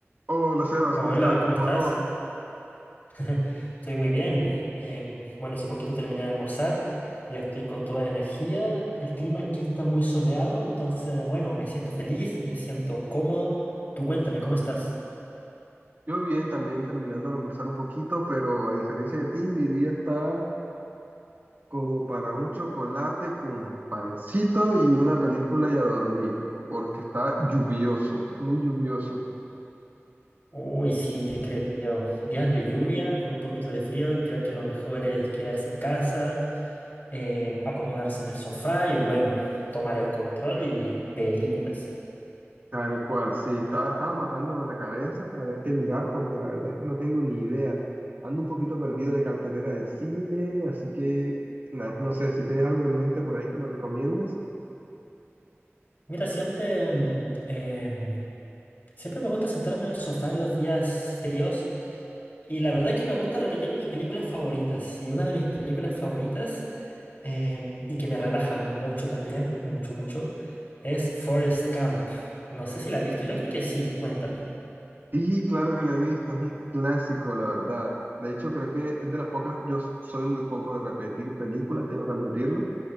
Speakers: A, on the right; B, on the left.
A: Hola Sebas,
B: Hola,
A: ¿cómo estás? ¿Cómo
B: ¿cómo estás?
A: va todo?
B: <laughs> Estoy muy bien. Em, bueno, hace poquito terminé de almorzar y ya estoy con toda la energía. El clima aquí está muy soleado, entonces, bueno, me siento feliz, me siento cómodo. Tú cuéntame, ¿cómo estás?
A: Yo bien, también terminando de almorzar un poquito, pero a diferencia de ti, mi día está como para un chocolate con pancito y una película y a dormir, porque está lluvioso, muy lluvioso.
B: Uy, sí, te creo. Días de lluvia con un poquito de frío, creo que lo mejor es quedarse en casa, eh, acomodarse en el sofá y, bueno, tomar el control y películas.
A: Tal cual, sí, estaba, estaba matándome la cabeza a ver qué mirar, porque la verdad es que no tengo ni idea. Ando un poquito perdido de cartelera de cine, así que nah, no sé si tienes algo en mente por ahí que me recomiendes.
B: Mira, siempre... em, em, Siempre me gusta sentarme en el sofá en los días fríos y la verdad es que me gusta repetir mis películas favoritas. Y una de mis películas favoritas, em, y que me relaja mucho también, mucho, mucho, es Forrest Gump. No sé si la has visto, yo creo que sí, cuéntame.
A: Sí, claro que la he visto, es un clásico, la verdad. De hecho, creo que es de las pocas, yo s- soy muy poco de repetir películas, tengo que admitirlo.